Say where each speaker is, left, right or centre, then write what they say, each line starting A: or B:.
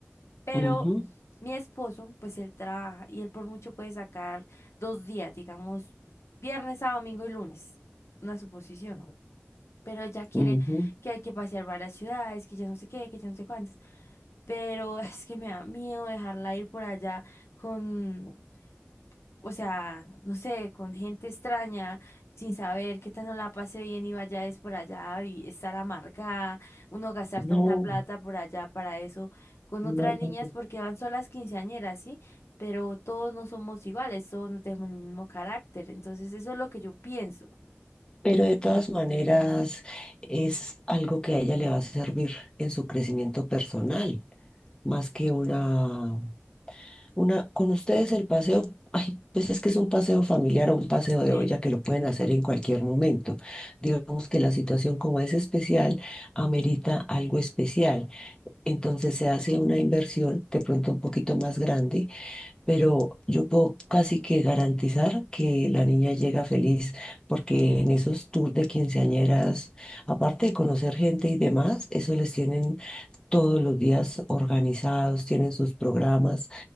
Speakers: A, on the left; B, on the left.
A: Pero
B: Ujú,
A: mi esposo, pues él trabaja y él por mucho puede sacar dos días, digamos, viernes a domingo y lunes. Una suposición. Pero ella quiere
B: ujú.
A: que hay que pasear varias ciudades, que ya no sé qué, que ya no sé cuántas. Pero <laughs> es que me da miedo dejarla ir por allá con o sea, no sé, con gente extraña, sin saber qué tal no la pase bien y vaya es por allá y estar amargada, uno gastar
B: No,
A: tanta plata por allá para eso, con
B: no,
A: otras niñas
B: no.
A: porque van solas quinceañeras, ¿sí? Pero todos no somos iguales, todos no tenemos el mismo carácter, entonces eso es lo que yo pienso.
B: Pero de todas maneras es algo que a ella le va a servir en su crecimiento personal, más que una Una, con ustedes el paseo, ay, pues es que es un paseo familiar o un paseo de
A: Sí,
B: olla que lo pueden hacer en cualquier momento. Digamos que la situación como es especial, amerita algo especial. Entonces se hace una inversión de pronto un poquito más grande, pero yo puedo casi que garantizar que la niña llega feliz, porque en esos tours de quinceañeras, aparte de conocer gente y demás, eso les tienen todos los días organizados, tienen sus programas